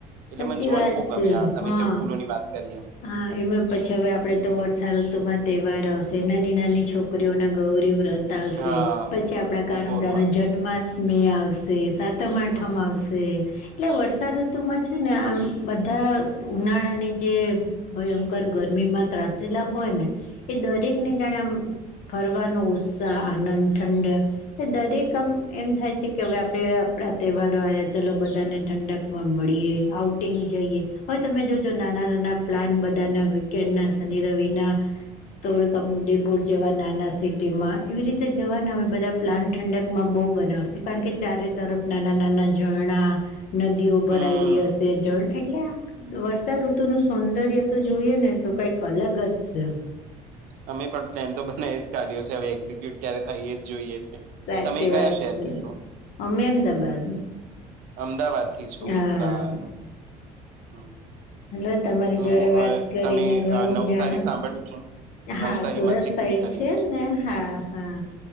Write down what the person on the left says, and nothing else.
સાચી
વાત
છે
હા
હા એમાં પછી હવે આપડે તો વર્ષાઋતુમાં તહેવાર આવશે નાની નાની છોકરીઓના ગૌરી વ્રત. ચાલશે,
પછી આપણા કાનુડા
ના જન્માષ્ટમી આવશે. તે સાતમ આઠમ
આવશે. એટલે વર્ષા ઋતુમાં છે ને આમ બધા ઉનાળાની જે. ભયંકર ગરમીમાં ત્રાસેલા હોય ને એ દરેકને જાણે આમ ફરવાનો ઉત્સાહ આનંદ ઠંડ. દરેક આમ એમ થાય છે કે હવે આપણે આપણા તહેવારો આવ્યા ચલો બધાને ઠંડક. માં મળીએ આઉટિંગ જઈએ હવે તમે જોજો નાના નાના. પ્લાન બધાના વીકેન્ડ ના શનિ રવિના. તોડકા ઉદેપુર જવા નાના સિટી માં એવી રીતે જવા ને હવે બધા. પ્લાન ઠંડક માં બહુ બનાવશે કારણ કે ચારે તરફ નાના નાના ઝરણા. નદીઓ
ભરાયેલી હશે જણ એટલે વરસાદ ઋતુ નુ શ. સૌંદર્ય તો જોઈએ ને તો કઈક અલગ જ છે.
સાચી
વાત
છે
અમે અમદાબાદ
હા
હલો તમારી
જોડે વાત
કરીને
ઘણું
જાણો.
હા સુરત
સાઈડ
છે ને. હા હા